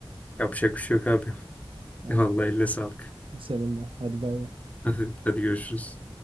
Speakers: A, on the left; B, on the right.
A: Yapacak bir şey yok abi. <laughs>
B: Yani
A: Vallahi eline sağlık.
B: senin de. Hadi bay bay.
A: <laughs> Hadi, hadi görüşürüz.